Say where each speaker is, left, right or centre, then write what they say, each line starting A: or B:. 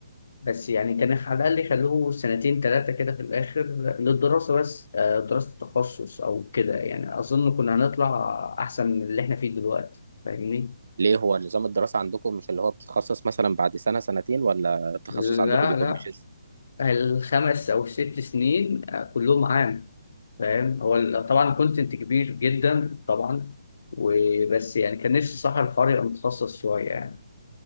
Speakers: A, on the left; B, on the right.
A: بس يعني كان على الاقل يخلوه سنتين ثلاثه كده في الاخر للدراسه بس آه، دراسه التخصص او كده يعني اظن كنا هنطلع احسن من اللي احنا فيه دلوقتي فاهمني؟
B: ليه هو نظام الدراسة عندكم مش اللي هو بتتخصص مثلا بعد سنة سنتين ولا التخصص
A: لا
B: عندكم بيكون
A: لا
B: ماشي
A: الخمس او الست سنين آه، كلهم عام فاهم هو ال- طبعا كونتنت كبير جدا طبعا وبس يعني كان نفسي صح الحوار يبقى متخصص شويه يعني